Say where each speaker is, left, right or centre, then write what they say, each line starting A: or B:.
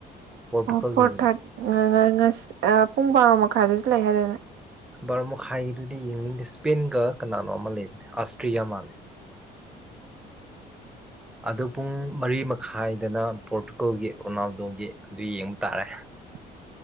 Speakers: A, in the centre; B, on the right.
A: ꯄꯣꯔꯇꯨꯒꯜꯒꯤ
B: ꯑꯣ ꯐꯣꯔ ꯊꯥꯔꯠ ꯑ ꯄꯨꯡ ꯕꯥꯔꯣ ꯃꯈꯥꯏꯗꯁꯨ ꯂꯩ ꯍꯥꯏꯗꯅꯦ
A: ꯕꯥꯔꫭ ꯃꯈꯥꯏꯒꯤꯗꯨꯗꯤ ꯌꯦꯡꯅꯤꯡꯗꯦ ꯁ꯭ꯄꯦꯟꯒ ꯀꯅꯥꯅꯣ ꯑꯃ ꯂꯩꯕꯅꯦ ꯑꯁꯇ꯭ꯔꯤꯌꯥ ꯃꯥꯜꯂꯦ ꯑꯗꯨ ꯄꯨꯡ ꯃꯔꯤ ꯃꯈꯥꯏꯗꯅ ꯄꯣꯔꯇꯨꯒꯜꯒꯤ ꯔꯣꯅꯥꯜꯗꯣꯒꯤ ꯑꯗꯨ ꯌꯦꯡꯕ ꯇꯥꯔꯦ
B: <inaudible>